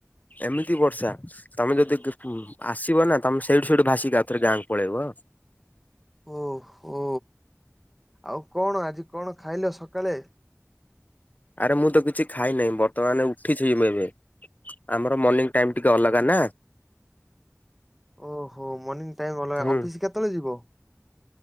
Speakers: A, on the left; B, in the centre.
A: ଏମିତି ବର୍ଷା ତମେ ଯଦି କୁ ଆସିବ ନା ତମେ ସେଇଠୁ ସେଇଠୁ ଭସିକି ଆଉ ଥରେ ଗାଁକୁ ପଳେଇବ।
B: ଓହୋ ଆଉ କଣ ଆଜି କଣ ଖାଇଲ ସକାଳେ?
A: ଆରେ ମୁଁ ତ କିଛି ଖାଇ ନାଇ ବର୍ତ୍ତମାନ ଉଠିଛି ମୁଁ ଏବେ। ଆମର ମନିଙ୍ଗ ଟାଇମ ଟିକେ ଅଲଗା ନା।
B: ଓହୋ ମନିଙ୍ଗ ଟାଇମ ଅଲଗା
A: ହୁଁ
B: ଅଫିସ କେତେବେଳେ ଯିବ?